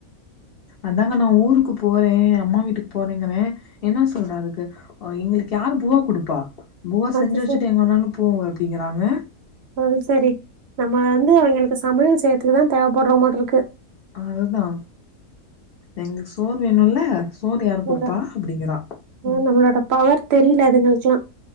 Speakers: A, on the left; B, on the right.
A: அதாங்க நா ஊருக்கு போறே அம்மா வீட்டுக்கு போறேங்கறே என்ன சொல்ற அதுக்கு இங்களுக்கு யாரு பூவா குடுப்பா பூவா
B: அது
A: செஞ்சி வச்சிட்டு
B: சரி
A: எங்க வேணாலு போ போ அப்பிடிங்கறாங்க
B: அது சரி நம்ம வந்து அவிங்ளுக்கு சமையல் செய்துக்குதா தேவ படற மாட்ருக்கு
A: அதுதா எங்ளுக் சோறு வேணுல்ல சோறு யாரு
B: ங்கரா
A: குடுப்பா அப்டிங்கிறா ம்
B: நம்ளோட பவர் தெரியல அதுங்களுக்ல்லா